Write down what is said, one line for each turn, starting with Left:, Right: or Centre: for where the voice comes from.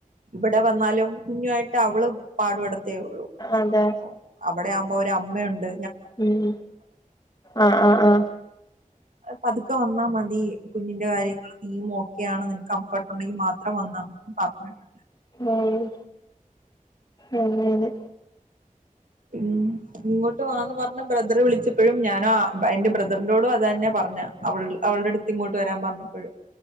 Right: ഇവിടെ വന്നാലും കുഞ്ഞു ആയിട്ട് അവളും പാടുപെടും ത്തേയുള്ളു
Left: അതെ
Right: ഒ അ ഇവിടെ ആകമ്പോ ഒരമ്മയുണ്ട്
Left: ഉം ആ ആ ആ
Right: പതുക്കെ വന്നാ മതി കുഞ്ഞിന്റെ കാര്യങ്ങളും നീയു യാണ് നിനക്ക് കംഫർട്ട് ഒണ്ടെങ്കിൽ മാത്രം വന്നാ മതിന്ന് പറഞ്ഞിട്ടുണ്ട്
Left: ഉം അതെ അതെ
Right: ഉം ഇങ്ങോട്ട് വാ ന്ന് പറഞ്ഞ് ബ്രദറ് വിളച്ചപ്പഴും ഞാനാ എന്റെ ബ്രദറിനോട് അത് തന്നെയാ പറഞ്ഞെ അവൾ അവൾടെ അടുത്ത് ഇങ്ങോട് വരാൻ പറഞ്ഞപ്പഴ്